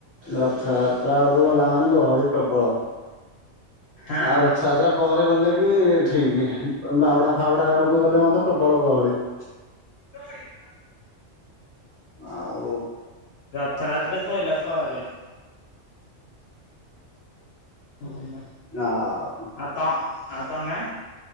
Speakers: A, on the left (about 15°); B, on the left (about 60°).
A: ରଥଯାତ୍ରା ଆଳକୁ ଗଲା ମାନେ ଗହଳି ପ୍ରବଳ।
B: ହଁ
A: ଆଉ ରଥଯାତ୍ରା ପରେ ଗଲେ କି ଠିକ ବାହୁଡା ଫାଉଡା ବେଳକୁ ଗଲେ ମଧ୍ୟ ପ୍ରବଳ ଗହଳି।
B: ହିଁ
A: ଆଉ
B: ରଥରାତ୍ର ସଇଲା ପରେ। ହଁ
A: ନହ
B: ଆ ତ ଆଉ ତମେ?